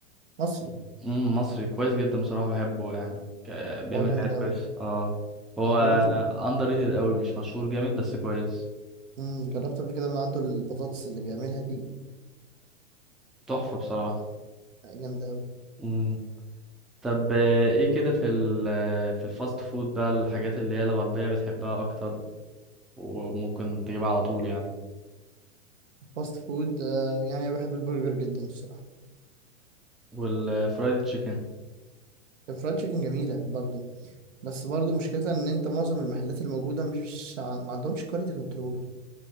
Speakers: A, on the right; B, in the centre.
A: مصري
B: مم، مصري كويس جدا بصراحة بحبه يعني ك- بيعمل
A: هو جامد
B: حاجات
A: أوي
B: كويسة اه هو
A: أنا جربت
B: اندر ريتد قوي مش مشهور جامد بس كويس
A: مم. جربت قبل كده من عنده البطاطس اللي بيعملها دي
B: تحفة بصراحة
A: آه، جامدة أوي
B: مم. طب آه، ايه كده في ال في الفاست فود بقى الحاجات اللي هي الغربية بتحبها اكتر وممكن تجيبها على طول يعني
A: فاست فود آه، يعني أنا بحب البرجر جدا الصراحة
B: والفرايد تشيكن
A: الفرايد تشيكن جميلة برضو بس برضو مشكلتها إن أنت معظم المحلات الموجودة مش ع- ما عندهمش كواليتي كنترول